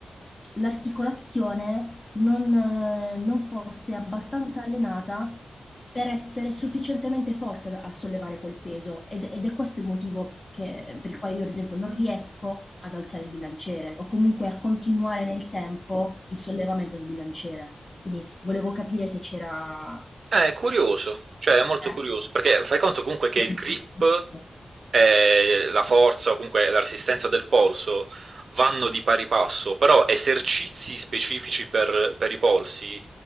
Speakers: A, on the left; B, on the right.
A: l'articolazione non non fosse abbastanza allenata per essere sufficientemente forte da a sollevare quel peso, ed ed è questo il motivo che per il quale io, ad esempio, non riesco ad alzare il bilanciere, o comunque a continuare nel tempo il sollevamento del bilanciere. Quindi volevo capire se c'era
B: Eh, è curioso, cioè è molto
A: eh,
B: curioso, perché fai conto comunque che
A: un
B: il grip
A: esercizio.
B: e la forza o comunque la resistenza del polso vanno di pari passo, però esercizi specifici per, per i polsi